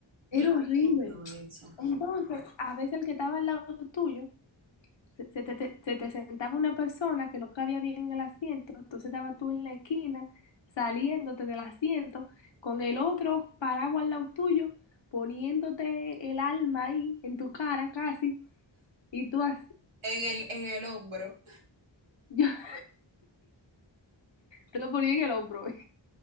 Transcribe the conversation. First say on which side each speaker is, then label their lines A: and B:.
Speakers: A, on the right; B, on the left.
A: Yo
B: era horrible.
A: odio eso.
B: Entonces, a veces el que estaba al lado tuyo, se, se te, te- se te sentaba una persona que no cabía bien en el asiento, entonces estaba tú en la esquina, saliéndote del asiento, con el otro parado al lado tuyo, poniéndote el alma ahí, en tu cara casi, y tú así,
A: en el, en el hombro.
B: yo <laughs> te lo ponía en el hombro.